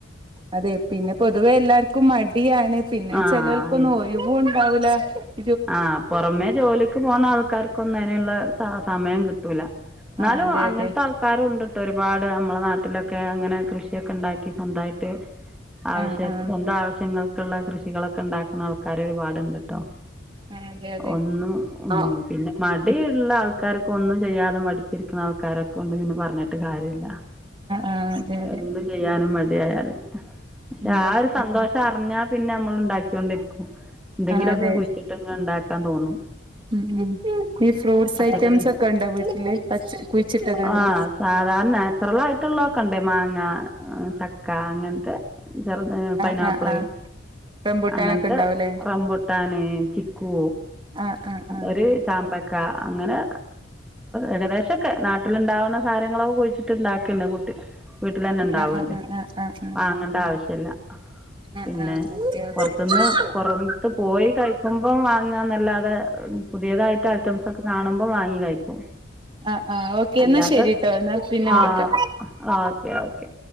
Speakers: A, on the right; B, in the centre.
A: അതെ പിന്നെ പൊതുവെ എല്ലാർക്കും മടിയാണ് പിന്നെ
B: ആ
A: ചെലവർക്കൊന്നും ഒ - ഇൺ പകല <unintelligible>
B: ആഹാ പൊറമേ ജോലിക്ക് പോണ ആൾക്കാർക്ക് ഒന്നിനും ഒള്ളെ സമയം കിട്ടൂല എന്നാലും
A: ആ അതെ
B: അങ്ങനത്തെ
A: അതെ
B: അവസ്ഥ- ക്കാരും ഉണ്ട് ട്ടോ ഒരുപാട് നമ്മളെ നാട്ടിലൊക്കെ അങ്ങനെ കൃഷിയൊക്കെ ഇണ്ടാക്കി സ്വന്തമായിട്ട് - ആവശ്യ
A: ആ ആ
B: സ്വന്തം ആവശ്യങ്ങൾക്കുള്ള കൃഷികളൊക്കെ ഉണ്ടാക്കുന്ന ആൾക്കാര് ഒരുപാടുണ്ട് ഇണ്ട് ട്ടോ
A: ആ അതെ അതെ <unintelligible>
B: ഒന്നും ഉം
A: ആ
B: പിന്നെ - ഒത്തിരി ഉള്ള ആൾക്കാർക്കൊന്നും ഒന്നും ചെയ്യാതെ മടിച്ചിരിക്കുന്ന ആൾക്കാരെ കൊണ്ട് പിന്നെ - പറഞ്ഞിട്ട് പറഞ്ഞിട്ട് കാര്യം ഇല്ല
A: ആ അതെ അതെ
B: എന്ത് ചെയ്യാനും മടിയായല് പക്ഷെ
A: ഉം
B: ആ ഒരു - സന്തോഷം അറിഞ്ഞാൽ പിന്നെ നമ്മൾ ഉണ്ടാക്കൊണ്ടിരിക്കും എന്തെങ്കിലുമൊക്കെ
A: ആ അതെ
B: കുഴിച്ചിട്ട് ഉണ്ടാക്കാൻ തോന്നും
A: ഉം ഈ ഫ്രൂട്ട്സ്
B: പച്ചക്കറി
A: ഐറ്റംസ് ഒക്കെ ഉണ്ടോ വീട്ടില് പച്ച കുഴിച്ചിട്ടതുണ്ടോ
B: ആഹ് സാധാരണ നാച്ചുറൽ ആയിട്ടുള്ളതൊക്കെ ഉണ്ടേ മാങ്ങ ചക്ക അങ്ങനത്തെ ചെറത് പൈനാപ്പിള്
A: ആ ആ ആ റംബൂട്ടാനൊക്കെ
B: അങ്ങനത്തെ
A: ഉണ്ടാവൂല്ലേ
B: റംബുട്ടാൻ കൂ
A: ആ ആ ആ
B: ഒരു ചാമ്പക്ക അങ്ങനെ ഏകദേശൊക്കെ നാട്ടിലുണ്ടാവുന്ന കാര്യങ്ങളൊക്കെ കുഴിച്ച മുട്ട ഇണ്ടാക്കിണ്ട് കുട്ടി വീട്ടിൽ തന്നെ ഉണ്ടാവ്ണ്ട്
A: ആ ആ ആ ആ ആ ആ
B: വാങ്ങേണ്ട ആവശ്യല്ല
A: ആ
B: പിന്നെ
A: ആ ഓക്കെ ഓക്കെ
B: പുറത്തുന്ന് പുറത്ത് പോയി കഴ വാങ്ങാ നല്ലാതെ പുതിയതായിട്ട് ഐറ്റംസ് ഒക്കെ കാണുമ്പോ വാങ്ങി കഴിക്കും
A: ആഹ് ആഹ് ഓക്കെ
B: അല്ലാതെ
A: എന്നാൽ ശരിട്ടോ എന്നാൽ പിന്നെ
B: ആ
A: വിളിക്കാം
B: ഓക്കെ ഓക്കെ